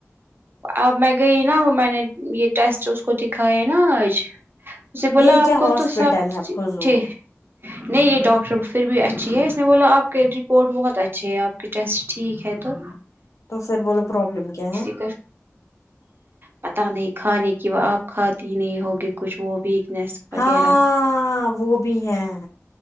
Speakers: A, on the right; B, on the left.
A: اب میں گئی نا میں نے یہ ٹیسٹ اس کو دکھائے نا آج اسے بولا
B: یہ
A: آپ
B: کیا
A: کو
B: ہاسپٹل
A: تو سب
B: ہے فضول
A: ٹھیک نہیں یہ ڈاکٹر پھر بھی اچھی ہے اس نے بولا آپ کے رپورٹ بہت اچھی ہے آپ کے ٹیسٹ ٹھیک ہے تو
B: تو پھر بولو پرابلم کیا ہے
A: پہر پتا نہیں کھانے کی وہ آپ کھاتی نہیں ہوگی کچھ وہ ویکنیس وغیرہ
B: ہاں وہ بھی ہے